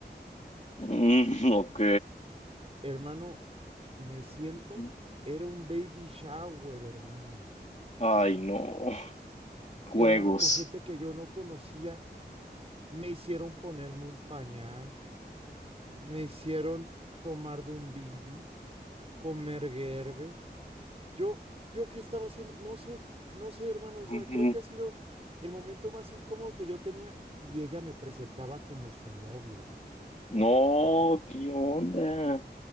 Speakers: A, on the left; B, on the right.
A: mm, ok.
B: Hermano, me sientan,
A: Ujú.
B: era un baby shower, hermano.
A: Ay, no, juegos.
B: Hermano, con gente que yo no conocía, me hicieron ponerme un pañal, me hicieron tomar de un bibi, comer Gerber. Yo, yo qué estaba haciendo, no sé, no sé, hermano, o sea,
A: Ujú.
B: creo que ha sido el momento más incómodo que yo tenía y ella me presentaba como su novio.
A: No, ¿qué onda?